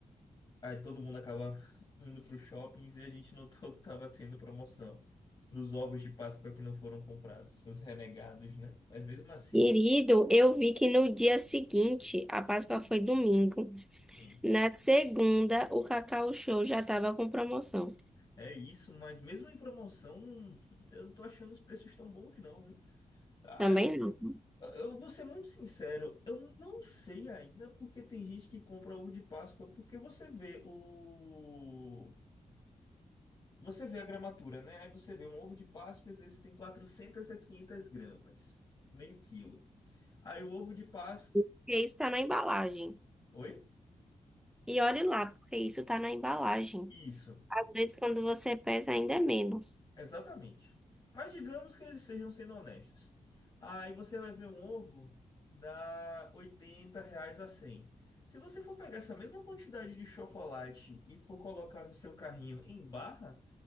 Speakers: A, on the left; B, in the centre.
A: Aí todo mundo acaba indo para os shoppings e a gente notou que estava tendo promoção dos ovos de Páscoa que não foram comprados, os renegados, né? Mas mesmo assim,
B: Querido,
A: gente,
B: eu vi que no dia seguinte, a Páscoa foi domingo.
A: sim,
B: Na segunda, o Cacau Show já estava com promoção.
A: é isso. Mas mesmo em promoção, não- eu não tô achando os preços tão bons, não, viu? Ah,
B: Também não. né?
A: eu vou ser muito sincero, eu não sei ainda porque tem gente que compra ovo de Páscoa, porque você vê o Você vê a gramatura, né? Aí você vê um ovo de Páscoa, às vezes tem 400 a 500 gramas, meio quilo. Aí o ovo de Páscoa.
B: Porque isso está na embalagem.
A: Oi?
B: E olhe lá, porque isso está na embalagem.
A: Isso,
B: Às vezes, quando você pesa, ainda é menos.
A: exatamente. Mas digamos que eles sejam sendo honestos. Aí você vai ver um ovo dá 80 reais a 100. Se você for pegar essa mesma quantidade de chocolate e for colocar no seu carrinho em barra,